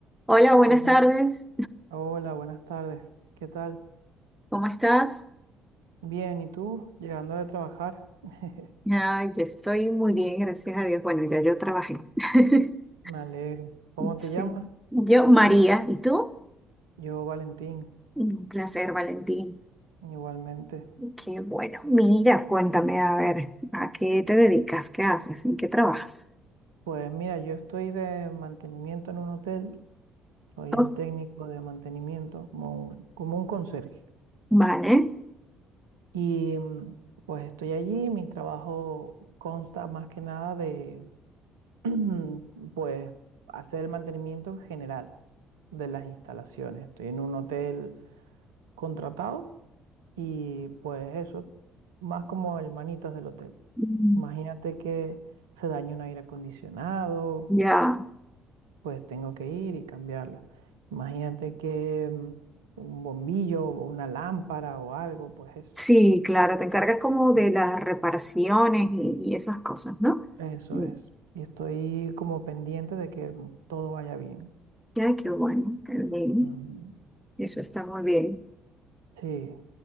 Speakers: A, in the centre; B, on the right.
A: Hola, buenas
B: Hola,
A: tardes.
B: hola, buenas tardes. ¿Qué tal?
A: ¿Cómo estás?
B: Bien, ¿y tú? Llegando de trabajar. <laughs>
A: Ay, yo estoy muy bien, gracias a Dios. Bueno, ya yo trabajé. <laughs>
B: Me alegro. ¿Cómo
A: Sí.
B: te llamas?
A: Yo, María, ¿y tú?
B: Yo, Valentín,
A: Un placer, Valentín.
B: igualmente.
A: Qué bueno. Mira, cuéntame, a ver, ¿a qué te dedicas? ¿Qué haces? ¿En qué trabajas?
B: Pues mira, yo estoy de mantenimiento en un hotel. Soy el
A: Oh,
B: técnico de mantenimiento, como un, como un conserje.
A: vale.
B: Y mm, pues estoy allí. Mi trabajo consta más que nada de, <clears throat> pues, hacer el mantenimiento en general de las instalaciones. Estoy en un hotel contratado Y pues eso, más como el manitas del hotel.
A: Mm,
B: Imagínate que se dañe un aire acondicionado,
A: Ya.
B: pues tengo que ir y cambiarlo. Imagínate que mm, un bombillo o una lámpara o algo, pues eso.
A: Sí, claro, te encargas como
B: Mm.
A: de las reparaciones y, y esas cosas, ¿no?
B: Eso
A: Mm,
B: es. Y estoy como pendiente de que mm, todo vaya bien.
A: Ya, qué bueno, qué bien.
B: Ujú.
A: Eso está muy bien.
B: Sí.